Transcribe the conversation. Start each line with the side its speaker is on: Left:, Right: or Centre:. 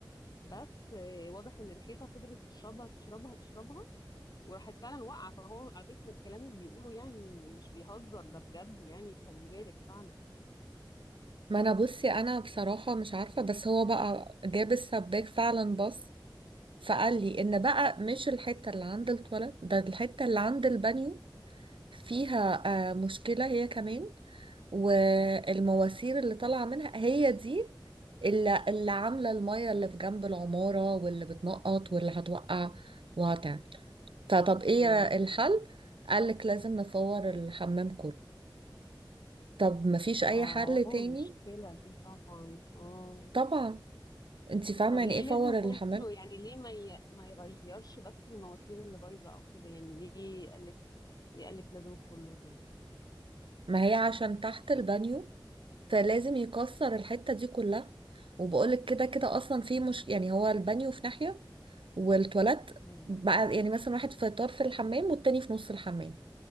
Left: بس آه، واضح إن الحيطة فضلت تشربها تشربها تشربها وراحت فعلا واقعة فهو على فكرة الكلام اللي بيقوله يعني مش بيهزر ده بجد يعني خلي بالك فعلا
Right: ما انا بصي انا بصراحة مش عارفة بس هو بقى جاب السباك فعلا بص فقال لي ان بقى مش الحتة اللي عند التواليت ده الحتة اللي عند البانيو فيها آه مشكلة هي كمان والمواسير اللي طالعة منها هي دي اللي, اللي عاملة المية اللي في جنب العمارة واللي بتنقط واللي هتوقع وهتعمل فطب ايه
Left: امم
Right: الحل؟ قالك لازم نفور الحمام كله طب مفيش اي
Left: اه
Right: حل تاني؟
Left: مشكلة دي طبعا اه
Right: طبعا انت فاهمة
Left: طب
Right: يعني
Left: ليه
Right: ايه فور
Left: لازم كله
Right: الحمام
Left: يعني ليه ما ي... ما يغيرش بس المواسير اللي بايظه او كده يعني ليه قالك ليه قالك لازم كله يعني
Right: ما هي عشان تحت البانيو فلازم يكسر الحتة دي كلها وبقولك كده كده اصلا في مش يعني هو البانيو في ناحية والتواليت
Left: مم.
Right: بقى يعني مثلا واحد في طرف الحمام والتاني في نص الحمام